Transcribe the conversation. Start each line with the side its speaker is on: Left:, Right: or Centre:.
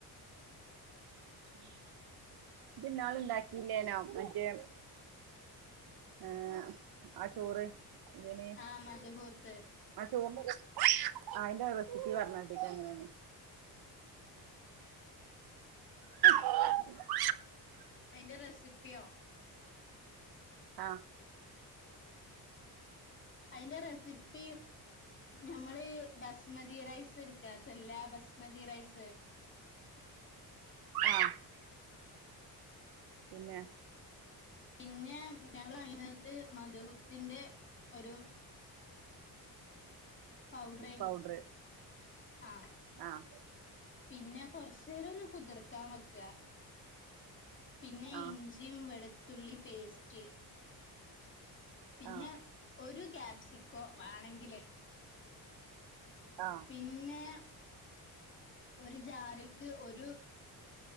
Right: <inaudible> ഇജ്ജ് ഇന്നാള് ഇണ്ടാക്കില്ലേനോ മറ്റേ ഏഹ് ആ ചോറ് ഇതിന്
Left: ആഹ് മദ്ഹൂത്
Right: ആ ചോറിന്റെ റെസിപ്പി ആ അയ്ന്റെ റെസിപ്പി പറഞ്ഞാട്ടീക്ക എങ്ങനെന്ന് <inaudible>
Left: അയ്‌ന്റെ റെസിപ്യോ
Right: ആഹ്
Left: <inaudible> അയ്‌ന്റെ റെസിപ്പി ഞമ്മള് ബസ്മതി റൈസ്ട്ക്ക സെല്ലാ ബസ്മതി റൈസ്
Right: ആഹ് പിന്നെ
Left: പിന്നെ ഞങ്ങള് അയ്നാത്ത് മദ്ഹൂത്തിന്റെ ഒരു പൗഡ്രെയ്‌നി
Right: പൗഡറ്
Left: ആഹ്
Right: ആഹ്
Left: പിന്നെ കൊർച്ചേരൊന്ന് കുതിർക്കാൻ വെക്ക പിന്നെ
Right: ആഹ്
Left: ഇഞ്ചിയും വെളുത്തുള്ളി പേസ്റ്റ് പിന്നെ
Right: ആഹ്
Left: ഒരു കാപ്സിക്കോ വാണെങ്കില്
Right: ആഹ്
Left: പിന്നെ ഒരു ജാറ്ക്ക് ഒരു